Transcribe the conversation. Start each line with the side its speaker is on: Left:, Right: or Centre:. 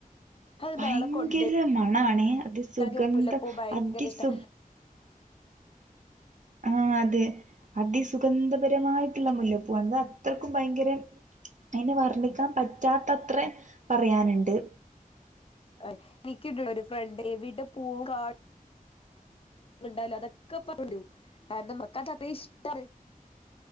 Left: അത്
Right: ഭയങ്കര
Left: നാളെ കൊണ്ടുവരോ
Right: മണാണേ അതി സുഗന്ധം
Left: എനിക്ക് മുല്ലപ്പൂ ഭയങ്കര
Right: അതി
Left: ഇഷ്ടാ
Right: സുഗ് ആ അതെ അതിസുഗന്ധപരമായിട്ടുള്ള മുല്ലപ്പൂവാണത് അത്രക്കും ഭയങ്കര തിന് വർണ്ണിക്കാൻ പറ്റാത്തത്ര പറയാനിണ്ട്
Left: അ നിക്കണ്ടോരു ഫ്രണ്ട്. എവിടെ പൂ കാ ണ്ടാലതൊക്കെ പ ആ എന്റെ മക്കാ അത് ഇഷ്ടാ.